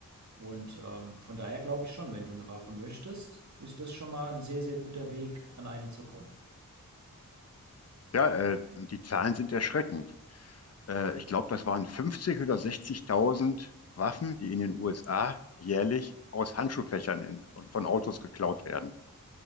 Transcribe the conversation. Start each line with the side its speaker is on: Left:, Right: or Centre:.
Right: Und ähm, von daher glaube ich schon, wenn du eine Waffe möchtest, ist das schon mal ein sehr, sehr guter Weg, an eine zu kommen.
Left: ja äh, die Zahlen sind erschreckend. Äh, ich glaube, das waren 50 oder 60.000 Waffen, die in den USA jährlich aus Handschuhfächern in, von, von Autos geklaut werden.